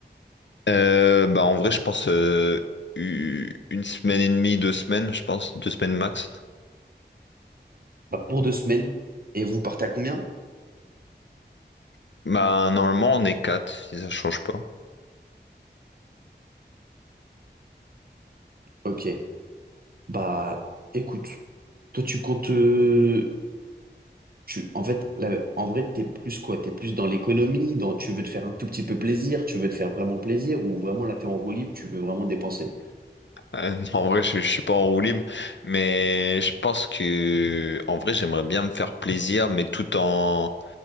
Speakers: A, on the left; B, on the right.
A: Euh, bah en vrai, je pense euh, u- une semaine et demie, deux semaines, je pense deux semaines max.
B: Bah, pour deux semaines. Et vous partez à combien?
A: Bah normalement, on est quatre si ça change pas.
B: Ok, bah écoute, toi tu comptes, euh, tu, en fait, là, en vrai t'es plus quoi? T'es plus dans l'économie, dans tu veux te faire un tout petit peu plaisir, tu veux te faire vraiment plaisir, ou vraiment là t'es en roue libre, tu veux vraiment dépenser,
A: Euh, <laughs> non, en vrai, je, je suis pas en roue libre, mais je pense que, en vrai, j'aimerais bien me faire plaisir, mais tout en,